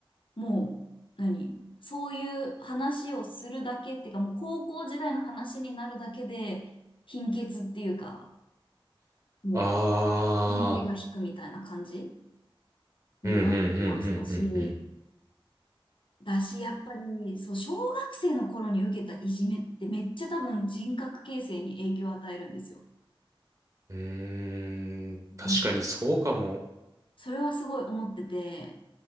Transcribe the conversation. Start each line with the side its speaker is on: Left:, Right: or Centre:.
Left: もう、何、そういう話をするだけっていうか、もう高校時代の話になるだけで、貧血っていうか、もう、
Right: ああ。
Left: 血の気が引くみたいな感じになってましたし、
Right: うんうんうんうんうんうん。
Left: だし、やっぱり、そう、小学生の頃に受けたいじめってめっちゃ多分人格形成に影響を与えるんですよ。
Right: うーん。
Left: なんか
Right: 確かにそうかも。
Left: それはすごい思ってて、